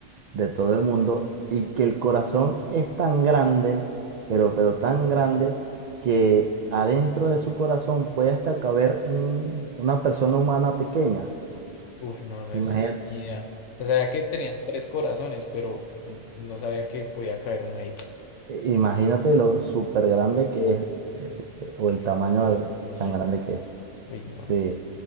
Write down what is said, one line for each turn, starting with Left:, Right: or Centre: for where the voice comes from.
Right: de todo el mundo y que el corazón es tan grande, pero, pero tan grande, que adentro de su corazón puede hasta caber un- una persona humana pequeña?
Left: Uf, no, no,
Right: Imagínate,
Left: eso sí, ni idea. O sea, sabía que tenían tres corazones, pero n- no sabía que podía caer uno ahí.
Right: imagínate lo súper grande que es. o
Left: Uf,
Right: el tamaño
Left: Dios
Right: de-
Left: mío.
Right: tan grande que es.
Left: Uy, no.
Right: Sí,